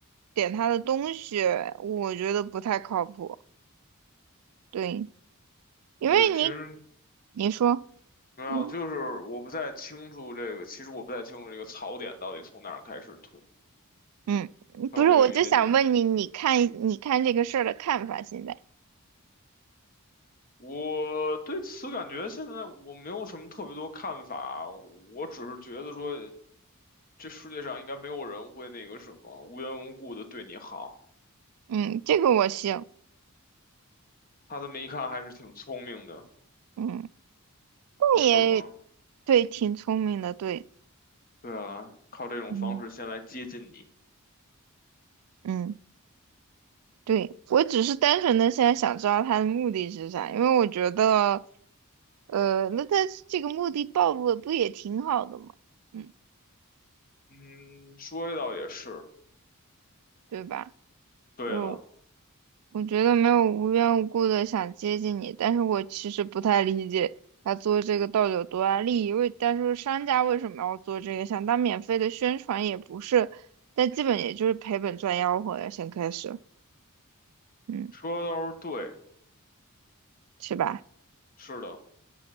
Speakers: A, on the right; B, on the left.
A: 点他的东西，我觉得不太靠谱。对，因为你
B: 对，其实。
A: 你说，
B: 没有，
A: 嗯。
B: 就是我不太清楚这个，其实我不太清楚这个槽点到底从哪儿开始吐，
A: 嗯，
B: 稍微的有一点点。
A: 不是，我就想问你，你看你看这个事儿的看法现在？
B: 我对此感觉现在我没有什么特别多看法，我只是觉得说这世界上应该没有人会那个什么无缘无故的对你好。
A: 嗯，这个我行。
B: 他这么一看还是挺聪明的，
A: 嗯，
B: 不是吗？
A: 你也对，挺聪明的，对，
B: 对啊，靠这种方式先来接近你。
A: 嗯，嗯，对，我只是单纯的现在想知道他的目的是啥，因为我觉得，呃，那他这个目的暴露了，不也挺好的吗？嗯，
B: 嗯，说这倒也是，
A: 对吧？
B: 对的，
A: 就我觉得没有无缘无故的想接近你，但是我其实不太理解他做这个到底有多大利益。为但是商家为什么要做这个？想当免费的宣传也不是，但基本也就是赔本赚吆喝呀，先开始，嗯，
B: 说的倒是对，
A: 是吧？
B: 是的。